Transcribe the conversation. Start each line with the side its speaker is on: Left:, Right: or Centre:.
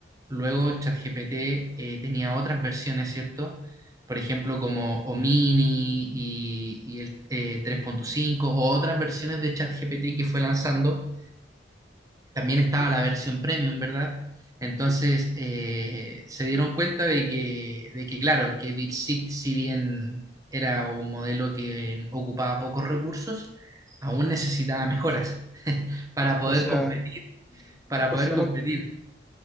Right: luego ChatGPT eh, tenía otras versiones, ¿cierto? Por ejemplo, como Omini y, y el eh, 3.5 o otras versiones de ChatGPT que fue lanzando también estaba la versión premium, ¿verdad? Entonces eh, se dieron cuenta de que, de que, claro, que DeepSeek, si bien era un modelo que ocupaba pocos recursos, aún necesitaba mejoras <laughs> para poder
Centre: O sea,
Right: competir, para
Centre: o
Right: poder
Centre: sea,
Right: competir.
Centre: lo,